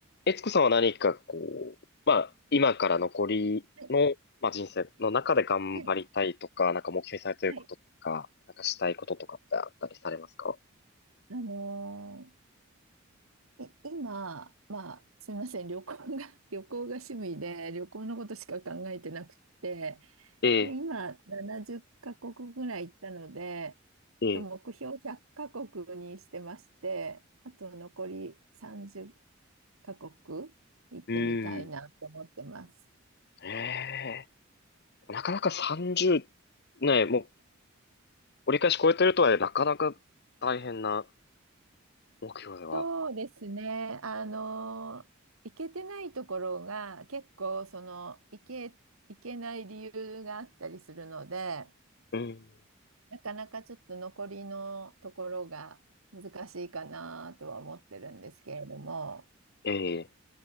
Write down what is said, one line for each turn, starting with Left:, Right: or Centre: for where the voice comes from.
Left: えつこさんは何かこう、まあ、今から残りの、
Right: はい
Left: まあ、人生の中で頑張りたいとか、
Right: はい
Left: なんか目標にされていることとか、
Right: はい
Left: なんかしたいこととかってあったりされますか
Right: あのーい今、まあ、すみません、旅行が、<laughs> 旅行が趣味で、旅行のことしか考えてなくて、
Left: ええ、
Right: で、今、70カ国ぐらい行ったので、ちょっと目標100カ国にしてまして、
Left: ええ、
Right: あと残り30カ国行ってみたいなと思ってます。
Left: うーん。ええ、なかなか30、ねえ、もう折り返し超えてるとは、なかなか大変な目標では。
Right: そうですね。あの、行けてないところが結構その行け、行けない理由があったりするので、
Left: うん。
Right: なかなかちょっと残りのところが難しいかなとは思ってるんですけれども、
Left: ええ、